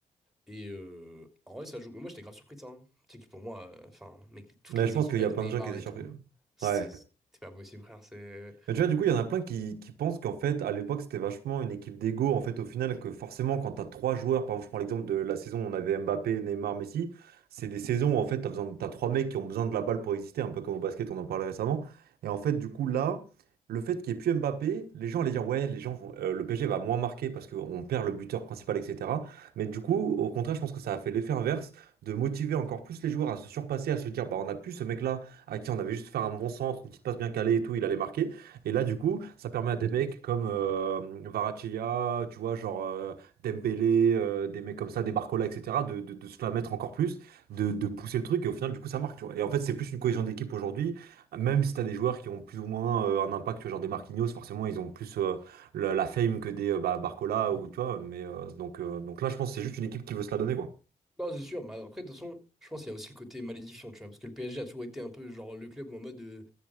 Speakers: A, in the centre; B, on the right (about 85°).
A: Et euh, en vrai, ça joue. Mais moi, j'étais grave surpris de ça. hein. Tu sais que pour moi, euh, enfin, mec, toutes
B: Mais
A: les
B: je pense
A: équipes
B: qu'il
A: avec
B: y a plein
A: Neymar
B: de gens qui étaient
A: et
B: surpris.
A: tout, c'est
B: Ouais.
A: c'est pas possible, frère. C'est...
B: Mais tu vois, du coup, il y en a plein qui, qui pensent qu'en fait, à l'époque, c'était vachement une équipe d'ego. En fait, au final, que forcément, quand tu as trois joueurs, par exemple, je prends l'exemple de la saison où on avait Mbappé, Neymar, Messi, c'est des saisons où en fait, tu as besoin, t'as trois mecs qui ont besoin de la balle pour exister, un peu comme au basket, on en parlait récemment. Et en fait, du coup, là, le fait qu'il n'y ait plus Mbappé, les gens allaient dire, ouais, les gens vont- euh, le PSG va moins marquer parce qu'on perd le buteur principal, etc. Mais du coup, au contraire, je pense que ça a fait l'effet inverse de motiver encore plus les joueurs à se surpasser, à se dire, bah, on a plus ce mec-là à qui on avait juste fait un bon centre, une petite passe bien calée et tout, il allait marquer. Et là, du coup, ça permet à des mecs comme euh, Kvaratskhelia, tu vois, genre euh, Dembélé, euh, des mecs comme ça, des Barcola, etc., de, de, de se la mettre encore plus, de, de pousser le truc, et au final, du coup, ça marque, tu vois. Et en fait, c'est plus une cohésion d'équipe aujourd'hui, même si t'as des joueurs qui ont plus ou moins euh, un impact, tu vois, genre des Marquinhos, forcément, ils ont plus euh, la, la fame que des euh, bah, Barcola, ou tu vois, mais euh, donc, euh, donc là, je pense que c'est juste une équipe qui veut se la donner, quoi.
A: Non, c'est sûr. Mais après, de toute façon, je pense qu'il y a aussi le côté malédiction, tu vois. Parce que le PSG a toujours été un peu genre le club où en mode euh,